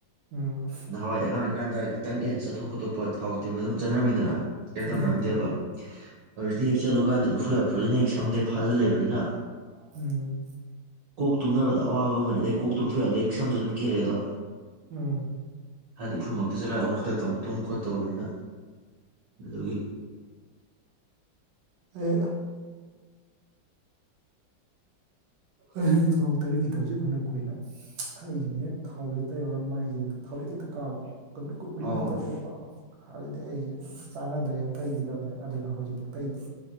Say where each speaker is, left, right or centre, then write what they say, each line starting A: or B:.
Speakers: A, on the right; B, on the right.
A: ꯎꯝ
B: ꯅꯍꯋꯥꯏꯗꯤ ꯑꯉꯥꯡ ꯑꯣꯏꯔꯤꯀꯥꯟꯗ ꯈꯤꯇꯪ ꯑꯦ ꯆꯠꯊꯣꯛ ꯈꯣꯇꯣꯛꯄ ꯊꯥꯎꯇꯤꯕ ꯑꯗꯨꯝ ꯆꯠꯅꯔꯝꯃꯤꯗꯅ ꯀꯔꯤꯝ
A: ꯎꯝ
B: ꯇꯧꯅꯔꯝꯗꯦꯕ ꯍꯧꯖꯤꯛꯇꯤ ꯍꯦꯛ ꯆꯠꯂꯨꯀꯥꯟꯗ ꯏꯐꯨꯜ ꯏꯐꯨꯜꯁꯤꯅ ꯍꯦꯛ ꯁꯝꯗꯦ ꯐꯥꯖꯤꯜꯂꯕꯅꯤꯅ
A: ꯎꯝ
B: ꯀꯣꯛ ꯇꯨꯝꯅꯕꯗ ꯑꯋꯥꯕ ꯑꯃꯅꯤ ꯑꯗꯩ ꯀꯣꯛ ꯇꯨꯝꯊꯣꯛꯑꯦ ꯑꯗꯩ ꯁꯝꯁꯨ ꯑꯗꯨꯝ ꯀꯦꯜꯂꯦ ꯑꯗꯣ
A: ꯎꯝ
B: ꯍꯥꯏꯗꯤ ꯏꯐꯨꯃꯛꯇ ꯆꯠꯂꯛ ꯑꯗꯨꯝ ꯈꯔꯛꯇ ꯇꯧ ꯇꯨꯡ ꯈꯣꯠꯇꯧꯕꯅꯤꯅ ꯑꯗꯨꯒꯤ
A: ꯑꯦ ꯑꯩ ꯊꯥꯎ ꯇꯔꯦꯠ ꯈꯤꯇꯕꯁꯨ ꯐꯅ ꯀꯨꯏꯔꯦ ꯍꯥꯏꯁꯤꯅ ꯍꯦꯛ ꯊꯥꯎꯁꯦ ꯇꯩꯔꯔ ꯃꯥꯏꯁꯦ ꯊꯥꯎꯔꯦꯛ ꯍꯦꯛꯇ ꯀꯥꯕ ꯀꯃꯤꯀꯣ ꯎꯔꯤꯡ
B: ꯑꯣ
A: ꯉꯥꯛꯇ ꯊꯣꯛꯄ ꯑꯗꯨꯗꯤ ꯑꯩꯁꯦ ꯆꯥꯟꯅꯗ꯭ꯔꯦꯅ ꯇꯩꯈꯤꯗꯕꯅꯦ ꯑꯗꯨꯅ ꯍꯧꯖꯤꯛꯐꯥꯎ ꯇꯩꯇꯦ